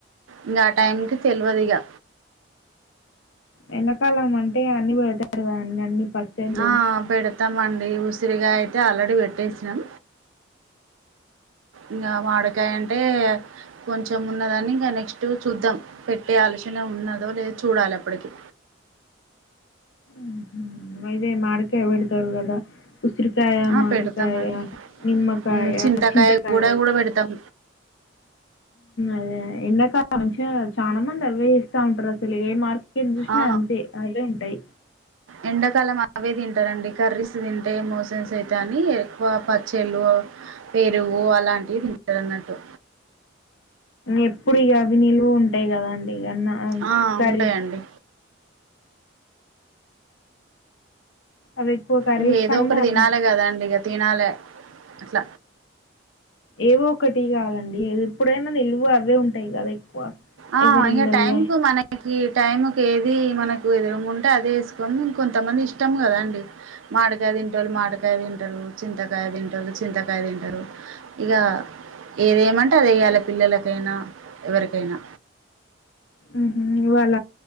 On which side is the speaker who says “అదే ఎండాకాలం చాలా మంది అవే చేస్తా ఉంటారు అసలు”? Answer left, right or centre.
Left